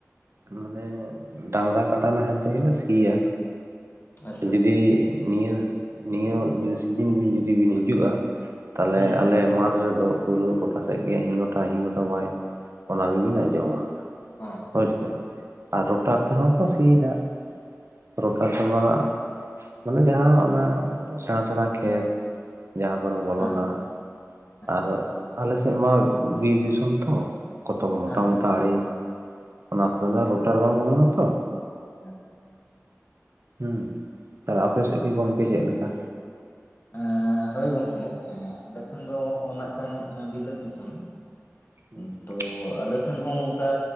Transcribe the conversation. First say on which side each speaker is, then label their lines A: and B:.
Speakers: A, on the right (about 55°); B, on the left (about 40°).
A: ᱢᱟᱱᱮ ᱰᱟᱝᱨᱟ ᱠᱟᱰᱟ ᱱᱟᱦᱮᱞ ᱛᱮᱜᱮᱞᱮ ᱥᱤᱭᱟ,
B: ᱟᱪᱪᱷᱟ
A: ᱡᱩᱫᱤ
B: ᱟᱪᱪᱷᱟ
A: ᱱᱤᱭᱟᱹ ᱱᱤᱭᱟᱹ ᱡᱩᱫᱤ ᱥᱤᱡᱤᱱ ᱵᱤᱱ ᱡᱩᱫᱤ ᱵᱤᱱ ᱦᱤᱡᱩᱜ-ᱟ ᱛᱟᱦᱚᱞᱮ
B: ᱦᱩᱸ
A: ᱟᱞᱮ
B: ᱦᱩᱸ
A: ᱢᱟᱴᱷ ᱨᱮᱫᱚ ᱯᱩᱨᱟᱹ ᱜᱚᱴᱟ ᱥᱮᱫ ᱜᱮ ᱦᱤᱝ ᱜᱚᱴᱟ ᱦᱤᱝ ᱜᱚᱴᱟ ᱵᱟᱭ ᱚᱱᱟ ᱜᱮᱵᱤᱱ ᱟᱸᱡᱚᱢᱟ ᱾
B: <unintelligible>
A: ᱦᱳᱭᱥᱮ ᱟᱨ ᱨᱩᱴᱟᱨ ᱛᱮᱦᱚᱸ ᱠᱚ ᱥᱤᱭᱮᱫᱟ ᱾ ᱨᱩᱴᱟᱨ ᱛᱮᱢᱟ ᱢᱟᱱᱮ ᱡᱟᱦᱟᱸ ᱚᱱᱟ ᱥᱮᱬᱟ ᱥᱮᱬᱟ ᱠᱷᱮᱛ ᱡᱟᱦᱟᱸ ᱠᱚᱨᱮ ᱵᱚᱞᱚᱱᱟ
B: ᱟᱪᱪᱷᱟ ᱟᱪᱪᱷᱟ
A: ᱟᱨ ᱟᱞᱮ ᱥᱮᱫ ᱢᱟ ᱵᱤᱨ ᱫᱤᱥᱚᱢ ᱛᱚ᱾ ᱠᱚᱛᱚ ᱢᱚᱴᱟ
B: ᱟᱪᱪᱷᱟ
A: ᱢᱚᱴᱟ
B: ᱟᱪᱪᱷᱟ
A: ᱟᱲᱮ ᱚᱱᱟ ᱠᱚᱨᱮ ᱫᱚ
B: ᱚ
A: ᱨᱩᱴᱟᱨ ᱵᱟᱝ ᱵᱚᱞᱚᱱᱟ ᱛᱚ᱾
B: ᱟᱪᱪᱷᱟ᱾
A: ᱦᱩᱸ ᱛᱟᱦᱚᱞᱮ ᱟᱯᱮ ᱥᱮᱫ ᱜᱮ ᱜᱚᱝᱠᱮ ᱪᱮᱫ ᱞᱮᱠᱟ?
B: ᱮᱸ ᱦᱳᱭ ᱜᱚᱝᱠᱮ ᱟᱞᱮ ᱥᱮᱱ ᱫᱚ ᱱᱟᱜ ᱠᱷᱟᱱ ᱵᱤᱞᱟᱹᱛ ᱫᱤᱥᱚᱢ᱾ <unintelligible>
A: ᱦᱩᱸ
B: ᱛᱚ ᱟᱞᱮ ᱥᱮᱱ ᱦᱚᱸ ᱱᱚᱝᱠᱟ